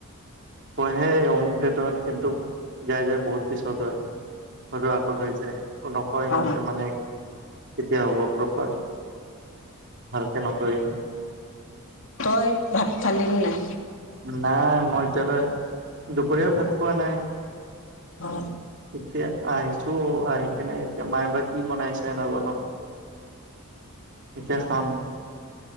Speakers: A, on the right (about 55°); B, on the left (about 65°).
A: কয়হে অমুক ডেটত কিন্তু যায় যায় বহুত পিছত হয়। হৰু আগত হৈ যায়। একো নকয় সিহঁতে
B: অ
A: মানে কেতিয়া হ'ব প্ৰপাৰ। ভালকে নকয়ে।
B: তই ভাত খালি নাই?
A: নাই মই এতিয়ালৈ দুপৰীয়াও ভাত খোৱা নাই।
B: অ।
A: এতিয়া আহিছো আহি কেনে এতিয়া মায়ে বা কি বনাইছে নাজানো। এতিয়া খাম।